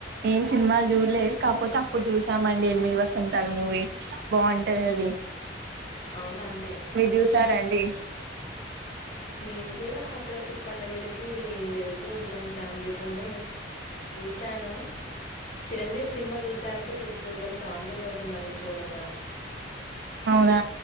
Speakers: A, on the right (about 60°); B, on the left (about 40°).
A: ఏం సినిమాలు జూడలేదు కాకపోతే అప్పుడు చూసామండి ఎనిమిది వసంతాలు మూవీ బాగుంటుందది
B: హ్మ్. అవునా అండి.
A: మీరు జూసారంండి
B: మేము గూడా అప్పుడప్పుడు పండుగలకి ఏ ఉంటాం ఫ్యామిలీతోనే చూసాను చింజీవి సినిమా చూశా అంటి చాండ రోలు అవుతుందండి చూడక
A: అవునా